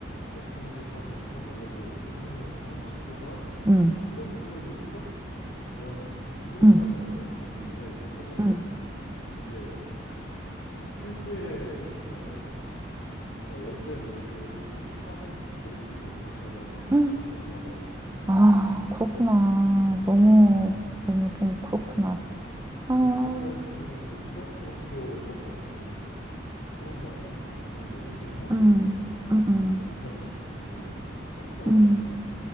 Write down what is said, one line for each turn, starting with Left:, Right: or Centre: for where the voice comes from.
Left: 워크퍼밋을 가지고선 영어도 능수능란하게 하는 친구가
Right: 응,
Left: 1억 불, 1억 원을, 1억
Right: 응,
Left: 원을 받는데 연봉을.
Right: 응.
Left: 근데 어, 세후에 하면은 정말 월세 내고 차는 몰지도 못할 거라고 생각한다고
Right: 헉,
Left: 하더라고.
Right: 아, 그렇구나. 너무,
Left: 음.
Right: 너무 좀 그렇구나. 아,
Left: 그래서 우리나라에서는 그래도 1억 정도 연봉 받으면 그래도 어, 나 좀 그래 봤는데 얘기는 할 수
Right: 음,
Left: 있는데
Right: 음,
Left: 어,
Right: 음,
Left: 거기서는 거의 버스 타고
Right: 음.
Left: 다녀야 되는